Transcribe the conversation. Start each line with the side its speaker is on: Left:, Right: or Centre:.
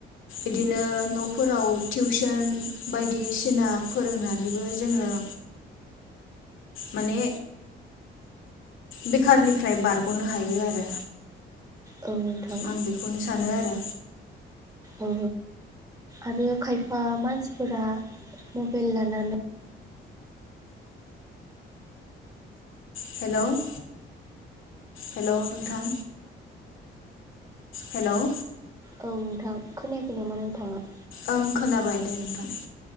Left: इदिनो न'फोराव टिउसन बायदिसिना फोरोंनानैबो जोङो माने बेखारनिफ्राय बारग'नो हायो आरो।
Right: औ नोंथां
Left: आं बेखौनो सानो आरो
Right: औ। ओ आरो खायफा मानसिफोरा मबाइल लानानै
Left: हेल' हेल' नोंथां हेल'
Right: औ नोंथां खोनायाखै नामा नोंथाङा?
Left: ओं खोनाबाय दे नोंथां।